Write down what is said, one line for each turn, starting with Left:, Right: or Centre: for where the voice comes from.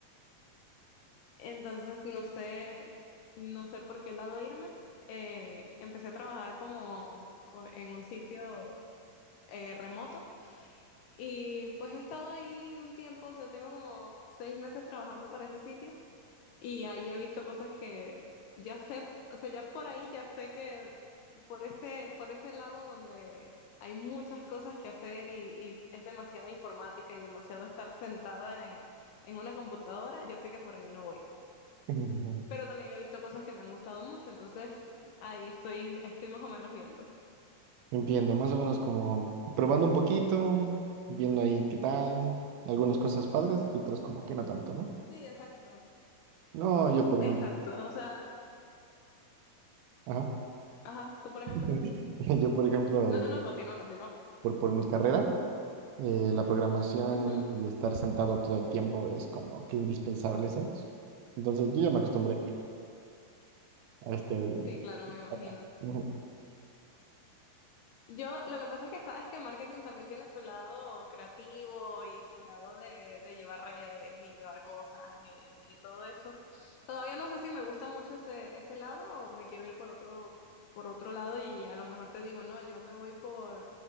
Left: Entonces, no sé, no sé por qué lado irme. Eh, empecé a trabajar como co- en un sitio eh, remoto. Y pues he estado ahí un tiempo, o sea, tengo como seis meses trabajando para ese sitio y ahí he visto cosas que ya sé, o sea, ya por ahí ya sé que por ese, por ese lado donde hay muchas cosas que hacer y, y es demasiada informática y demasiado estar sentada en, en una computadora, ya sé que por ahí no voy.
Right: Ujú.
Left: Pero también he visto cosas que me han gustado mucho, entonces ahí estoy, estoy más o menos viendo.
Right: Entiendo, más o menos como probando un poquito, viendo ahí qué tal, algunas cosas padres y otras como que no tanto, ¿no?
Left: Sí, exacto.
Right: No, yo por
Left: Exacto,
Right: ejemplo,
Left: o sea,
Right: ajá.
Left: ajá, tú por ejemplo.
Right: <laughs> Yo por ejemplo,
Left: No, no, continúa, continúa.
Right: por, por mi carrera, eh, la programación
Left: Ujú.
Right: y estar sentado todo el tiempo es como que indispensable, ¿sabes? Entonces yo ya me acostumbré a este,
Left: Sí, claro, me imagino.
Right: Papá. Ujú.
Left: Yo, lo que pasa es que sabes que marketing también tiene su lado creativo y su lado de, de llevar redes y llevar cosas y, y todo eso. Todavía no sé si me gusta mucho ese, ese lado o me quiero ir por otro, por otro lado y a lo mejor te digo, no, yo me voy por